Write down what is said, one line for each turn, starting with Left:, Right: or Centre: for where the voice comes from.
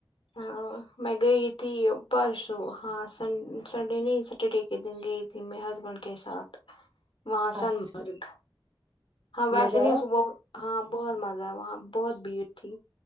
Left: ہاں میں گئی تھی پرسوں ہاں سن سنڈے نہیں سٹرڈے کے دن گئی ت تھی میں ہسبینڈ کے ساتھ وہاں سنمرگ
Right: اچھا
Left: ہاں ویسے
Right: مزہ
Left: نہیں
Right: آیا
Left: ہاں بہت مزہ وہاں بہت بھیڑ تھی